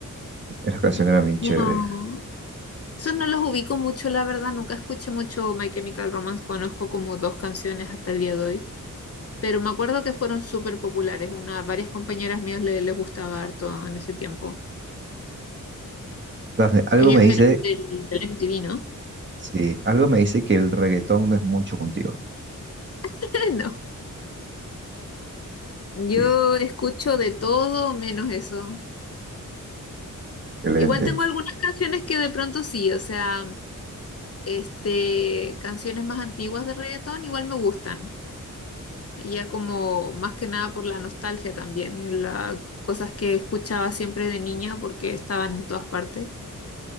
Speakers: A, on the right (about 35°); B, on the left (about 45°).
A: Esa canción
B: Sí.
A: era bien chévere.
B: No, eso no los ubico mucho, la verdad, nunca escuché mucho My Chemical Romance, conozco como dos canciones hasta el día de hoy, pero me acuerdo que fueron súper populares, una, varias compañeras mías le- les gustaba harto en ese tiempo.
A: Dafne, algo
B: Ellos
A: me dice,
B: eran del, del MTV, ¿no?
A: sí, algo me dice que el reggaetón no es mucho contigo.
B: <laughs> No, yo
A: Sí,
B: escucho de todo menos eso.
A: Excelente.
B: Igual tengo algunas canciones que de pronto sí, o sea, este, canciones más antiguas de reggaetón igual me gustan. Y Ya como más que nada por la nostalgia también, y las cosas que escuchaba siempre de niña porque estaban en todas partes